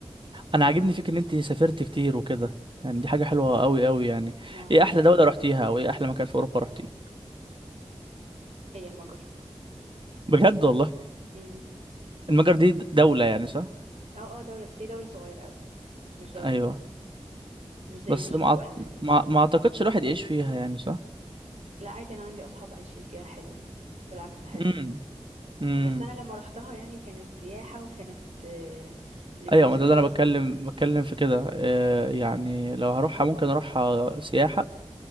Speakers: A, on the right (about 45°); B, on the right (about 80°).
A: انا عاجبني فيك ان انت سافرت كتير وكده يعني دي حاجه حلوه قوي قوي يعني
B: ما
A: ايه احلى دوله رحتيها او ايه احلى مكان في اوروبا رحتيه
B: هي المجر
A: بجد والله
B: امم
A: المجر دي د- دوله يعني صح
B: اه اه دوله بس هي دوله صغيره قوي مش دوله
A: ايوه
B: كبيره مش زي
A: بس
B: التشيك
A: ما
B: والمانيا
A: أعت- ما ما اعتقدش الواحد يعيش فيها يعني صح
B: لا عادي انا عندي اصحاب عايشين فيها حلوه بالعكس حلوه
A: امم امم.
B: بس انا لما روحتها يعني كانت سياحة وكانت آه، لميوزك
A: ايوه ما ده اللي
B: فيستيفال
A: انا بتكلم بتكلم في كده آه، يعني لو هروحها ممكن اروحها سياحه